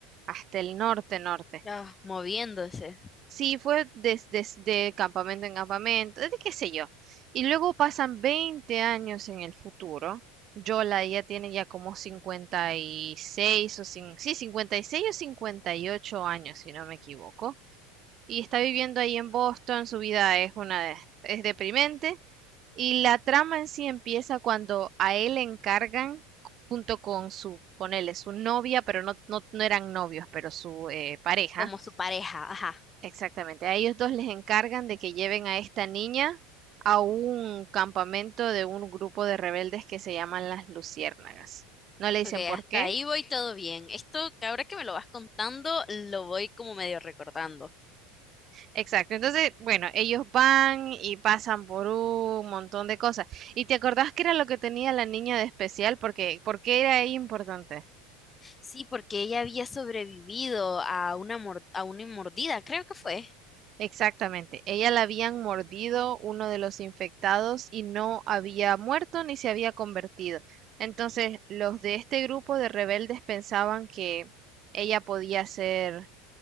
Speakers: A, on the right; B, on the left.
A: hasta el norte, norte.
B: Ah, moviéndose.
A: Sí, fue des- desde campamento en campamento, desde qué sé yo. Y luego pasan 20 años en el futuro. Yola ya tiene ya como 56 o cin- sí, 56 o 58 años, si no me equivoco y está viviendo ahí en Boston, su vida es una es deprimente y la trama en sí empieza cuando a él le encargan junto con su, ponele, su novia, pero no, no, no eran novios, pero su eh, pareja,
B: como su pareja, ajá.
A: exactamente, a ellos dos les encargan de que lleven a esta niña a un campamento de un grupo de rebeldes que se llaman las Luciérnagas. No le dicen
B: Ok,
A: por
B: hasta
A: qué,
B: ahí voy todo bien. Esto que ahora que me lo vas contando, lo voy como medio recordando.
A: Exacto, entonces, bueno, ellos van y pasan por un montón de cosas. ¿Y te acordás qué era lo que tenía la niña de especial? Porque, ¿por qué era ella importante?
B: Sí, porque ella había sobrevivido a una, mor- a una mordida, creo que fue.
A: Exactamente, ella la habían mordido uno de los infectados y no había muerto ni se había convertido. Entonces, los de este grupo de rebeldes pensaban que ella podía ser